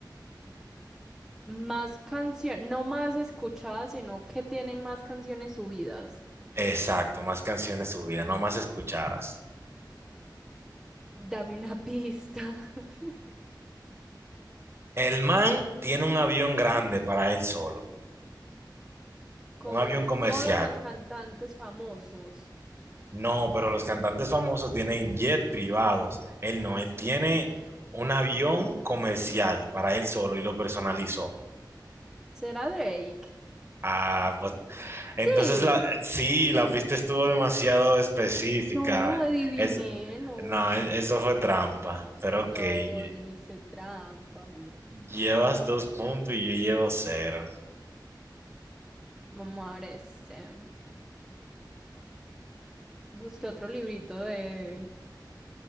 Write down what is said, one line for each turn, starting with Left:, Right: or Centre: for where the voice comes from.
Centre: Más canción, no más escuchadas, sino que tiene más canciones subidas.
Right: Exacto, más canciones subidas, no más escuchadas.
Centre: Dame una pista. <laughs>
Right: El man tiene un avión grande para él solo,
Centre: Como
Right: un avión comercial.
Centre: todos los cantantes famosos.
Right: No, pero los cantantes famosos tienen jet privados. Él no, él tiene un avión comercial para él solo y lo personalizó.
Centre: ¿Será Drake?
Right: Ah, pues, entonces
Centre: Sí.
Right: la, sí, la pista estuvo demasiado específica.
Centre: No, adiviné,
Right: Es,
Centre: no.
Right: no, e- eso fue trampa. Pero
Centre: No,
Right: ok, lle-
Centre: yo ni hice trampa.
Right: llevas dos puntos y yo llevo cero.
Centre: Vamos a ver este. Busqué otro librito de,